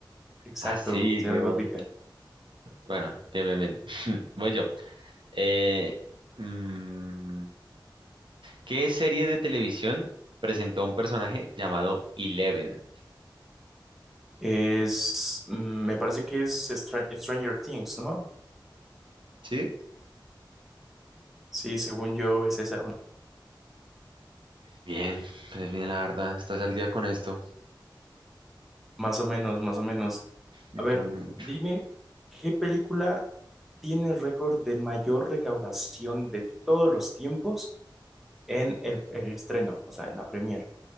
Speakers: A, in the centre; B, on the right.
A: Exacto,
B: Ah, sí,
A: ciudad
B: qué bo-
A: gótica.
B: Bueno, bien, bien, bien. <laughs> Voy yo. Eh, mm, ¿qué serie de televisión presentó a un personaje llamado Eleven?
A: Es, mm, me parece que es Stra- Stranger Things, ¿no?
B: ¿Sí?
A: Sí, según yo es esa. onda.
B: Bien, pues bien, la verdad, estás al día con esto.
A: Más o menos, más o menos.
B: Yo
A: A ver,
B: no mucho.
A: dime, ¿qué película tiene el récord de mayor recaudación de todos los tiempos en el, el estreno? O sea, en la premier.